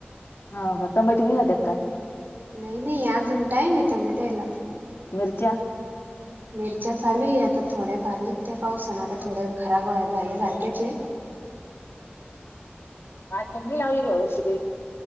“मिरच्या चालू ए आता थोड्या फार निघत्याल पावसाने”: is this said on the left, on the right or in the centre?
Right